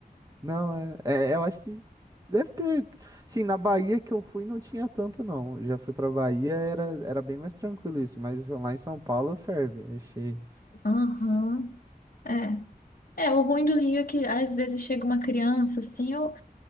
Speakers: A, on the right; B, on the left.
A: Não, é, é- eu acho que deve ter. Sim, na Bahia que eu fui não tinha tanto, não. Eu Já fui pra Bahia, era, era bem mais tranquilo isso. Mas lá em São Paulo ferve, é cheio.
B: Aham. é. É, o ruim do Rio é que às vezes chega uma criança assim, eu